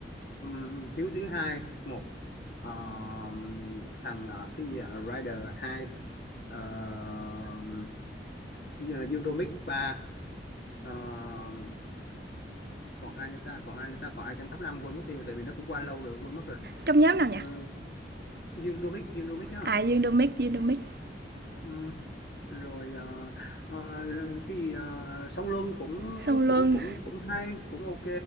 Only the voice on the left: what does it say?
ừm, Hiếu thứ hai một Ờm, thằng ờ, cái gì à? Rider hai Ờm, Dư- Dương Đô Mic ba Ờm, còn ai nữa ta còn ai nữa ta còn ai trong top năm quên mất tiêu tại vì nó cũng qua lâu rồi quên mất rồi
Ờ, Dương Đô Mic Dương Đô Mic
á rồi à, à, cái gì à, song luân cũng
cũng cũng cũng hay cũng ok